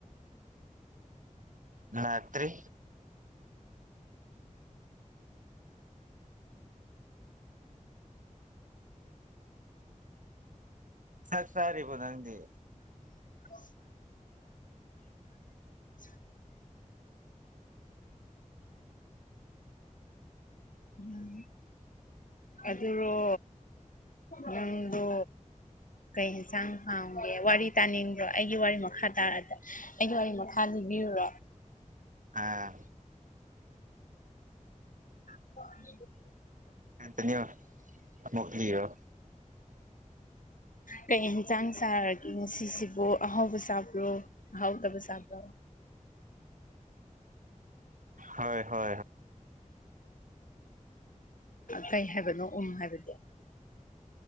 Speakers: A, on the right (about 75°); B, on the left (about 80°).
A: ꯉꯇꯔꯤ ꯍ ꯁꯥꯔꯤꯕꯨꯣ ꯅꯪꯗꯤ
B: <unintelligible> ꯎꯝ ꯑꯗꯨꯣ ꯅꯥꯡꯗ ꯀꯩ ꯌꯦꯟꯁꯥꯡ ꯍꯥꯡꯒꯦ ꯋꯥꯔꯤ ꯇꯥꯅꯤꯡꯕ꯭ꯔꯣ ꯑꯩꯒꯤ ꯋꯥꯔꯤ ꯃꯈꯥ ꯇꯥꯔ ꯑꯩꯒꯤ ꯋꯥꯔꯤ ꯃꯈꯥ ꯕꯤꯌꯨꯔꯣ
A: ꯑꯥ
B: <unintelligible>
A: ꯍ ꯊꯅꯤꯣ ꯃꯣꯂꯤꯣ
B: ꯀꯩ ꯍꯟꯆꯥꯡ ꯁꯥꯔꯒꯦ ꯉꯁꯤꯁꯤꯕꯨ ꯑꯍꯥꯎꯕ ꯆꯥꯕ꯭ꯔꯣ ꯑꯍꯥꯎꯗꯕ ꯆꯥꯕ꯭ꯔꯣ
A: ꯍ ꯍ
B: ꯀꯩ ꯍꯥꯏꯕꯅꯣ ꯎꯝ ꯍꯥꯏꯕꯗꯤ